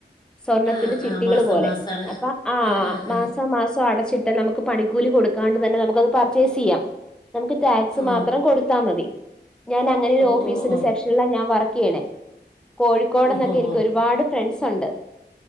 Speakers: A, in the centre; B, on the left.
A: സ്വർണത്തിന്റെ
B: ആ
A: ചിട്ടികള്
B: ആ മാസം
A: പോലെ
B: മാസാണ്.
A: അപ്പൊ ആഹ്
B: ആ ആ
A: മാസം
B: ആ.
A: മാസം അടച്ചിട്ടാ നമ്ക്ക് പണിക്കൂലി കൊടുക്കാണ്ട് തന്നെ നമുക്കത് പർച്ചേസ്ചെയ്യാം. നമുക്ക് ടാക്സ്
B: ഓ.
A: മാത്രം കൊടുത്താമതി ഞാൻ അങ്ങനെ ഒര്
B: ഓ
A: ഓഫീസിന്റെ
B: ഓ ഓ.
A: സെക്ഷ ക്ഷനിലാ ഞാൻ വർക്ക്യ്യണേ കോഴിക്കോട്ന്നൊക്കെ
B: ഓഹോഹോ.
A: എനിക്ക് ഒര്പാട് ഫ്രണ്ട്സൊണ്ട്.